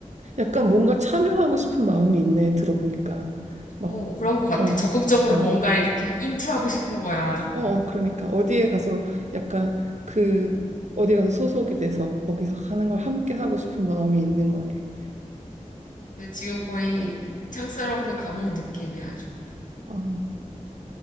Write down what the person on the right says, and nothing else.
약간 뭔가 참여하고 싶은 마음이 있네, 들어보니까. 막,
어, 어,
어,
어, 그러니까 어디에 가서
약간 그, 어디 가서 소속이 돼서 거기서 하는 걸 함께 하고 싶은 마음이 있는 거네.
어,